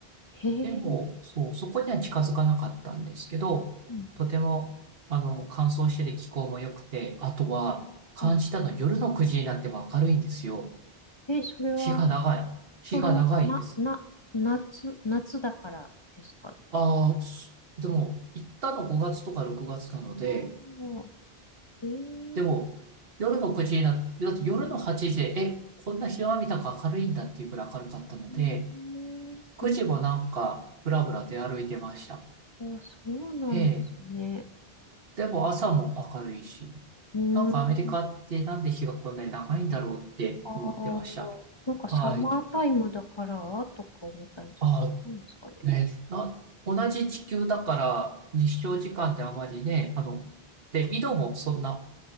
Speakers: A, on the left (about 30°); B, on the right (about 70°).
A: へえ。
B: でも、そう、そこには近づかなかったんですけど、
A: うん
B: とても、あの、乾燥してて気候も良くて、あとは、感じたのは夜の9時になっても明るいんですよ。
A: うんえ、それは、
B: 日が長い。日が長いんです。
A: それは、な、な、夏、夏だからですか
B: ああ、すでも、行ったの5月とか6月なので、
A: ああ、えー、
B: でも、夜の9時になって、だって夜の8時で、え、こんな日は見たか明るいんだっていうくらい明るかったので、
A: えー、
B: 9時もなんか、
A: え、
B: ぶらぶら出歩いてました。
A: あ、そうなんですね。
B: ええでも朝も明るいし、
A: うーん、
B: なんかアメリカってなんで日がこんなに長いんだろうって思ってました。
A: ああ、なんかサマータイムだからとか思ったんですけど、
B: はい。あ、
A: なんですかね。
B: ね、な、同じ地球だから日照時間ってあまりね、あの、で、緯度もそんな